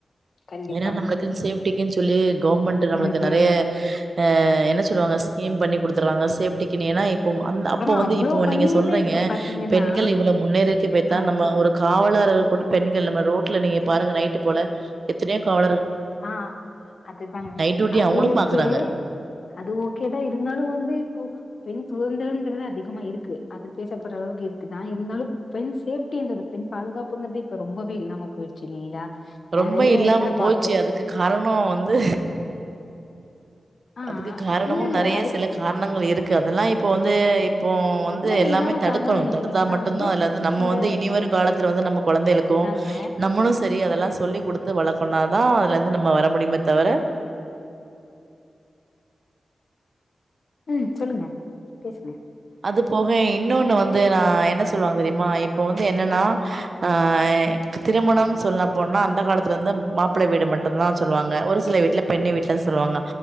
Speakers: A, on the left; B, on the right.
A: கண்டிப்பாங்க
B: ஏன்னா நம்மளுக்குனு சேப் <unintelligible> சொல்லு கவர்மெண்ட் நம்மளுக்கு
A: ம்
B: நெறைய
A: ம் ம்.
B: அ என்ன சொ ஸ்கீம் பண்ணி குடுத்துருவாங்க சேப்டிக்கு ஏன்னா அந்த அப்போ
A: ஆனா
B: வந்து
A: அவ்ளோ
B: இப்போ
A: பண்ணியுமே
B: நீங்க சொல்றீங்க
A: இப்ப பாத்தீங்கன்னா
B: பெண்கள் இவ்ளோ முன்னேறிருக்க போயத்தான்
A: ஆ
B: நம்ம ஒரு காவலாளர்கள் கூட பெண்கள் நம்ம ரோட்ல நீங்க பாருங்க நைட்டு போல எத்தனயோ காவ
A: ஆ அதுதாங்க
B: நைட் டியூட்டி
A: அது
B: அவங்களு
A: ஓகே
B: பாக்குறாங்க
A: அது ஓகேதான் இருந்தாலும் வந்து இப்போ பெண் சுதந்திரம்ங்கிறது அதிகமா இருக்கு அது பேசப்படுற அளவுக்கு இருக்குதான் இருந்தாலும் பெண் சேஃப்டிங்றது பெண் பாதுகாப்புங்கிறது இப்ப ரொம்பவே இல்லாம போயிடுச்சு இல்லைங்களா நறைய
B: ரொம்ப இல்லாம
A: இடத்துல பா
B: போச்சு அதுக்கு காரணம் வந்து
A: ஆ
B: அதுக்கு காரணம
A: இல்ல இல்ல
B: நெறைய
A: அதுக்கு
B: சில காரணங்கள் இருக்கு அதெல்லாம் இப்போ வந்து இப்போ வந்து
A: என்ன
B: எல்லாமே
A: மெயினான
B: தடுக்கணும்
A: காரணம்னு நெனைக்கிறீங்கன்னா
B: தடுத்தா மட்டும் தான் அது வந்து நம்ம
A: இந்த
B: வந்து இனி வரும் காலத்துல வந்து நம்ம கொழந்தைகளுக்கும்
A: அதுதாங்க
B: நம்மளும் செரி அதெல்லாம் குடுத்து வளர்த்தோன தான் அதுல இருந்து நம்ம வர முடியுமே தவிர
A: ம் சொல்லுங்க பேசுங்க
B: அது போக இன்னொன்னு வந்து நா என்ன சொல்லுவாங்க தெரியுமா இப்போ வந்து என்னன்னா ஆ திருமணம் சொல்ல போனா அந்த காலத்துல வந்து மாப்பிள்ள வீடு மட்டும்தான் சொல்லுவாங்க ஒரு சில வீட்ல பெண்ணு வீட்ல சொல்லுவாங்க